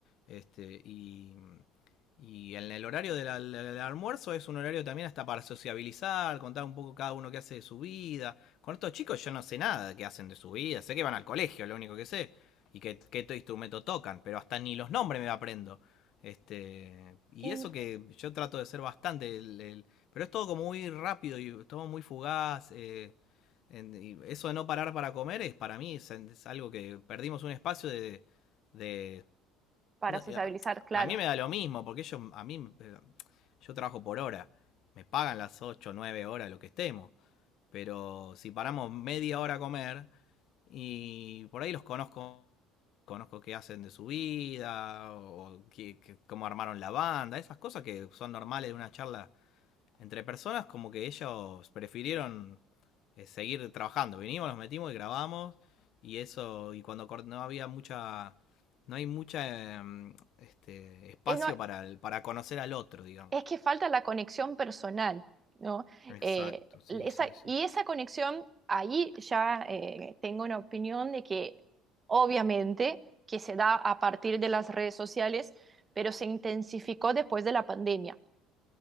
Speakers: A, on the left; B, on the right.
A: Este, y, y en el horario del, al- del almuerzo es un horario también hasta para sociabilizar, contar un poco cada uno qué hace de su vida. Con estos chicos yo no sé nada de qué hacen de su vida, sé que van al colegio, lo único que sé, y qué, qué to- instrumento tocan, pero hasta ni los nombres me aprendo. Este, y
B: En-
A: eso que yo trato de ser bastante el, el- pero es todo como muy rápido y todo muy fugaz. eh, en- y eso de no parar para comer es para mí es, es algo que perdimos un espacio de... de-
B: para
A: no,
B: sociabilizar,
A: eh,
B: claro.
A: a- mí me da lo mismo, porque ellos, a mí, eh, yo trabajo por hora. Me pagan las 8 9 horas, lo que estemos. Pero si paramos media hora a comer y por ahí los conozco, conozco qué hacen de su vida o o qué- qué- cómo armaron la banda, esas cosas que son normales de una charla entre personas como que ellos prefirieron eh, seguir trabajando. Vinimos, nos metimos y grabamos y eso y cuando no había mucha no hay mucha em, este espacio
B: Eh, no,
A: para el- para conocer al otro, digamos.
B: es que falta la conexión personal, ¿no?
A: Exacto,
B: Eh,
A: sí,
B: esa,
A: sí, sí.
B: y esa conexión, ahí ya eh, tengo una opinión de que obviamente que se da a partir de las redes sociales, pero se intensificó después de la pandemia.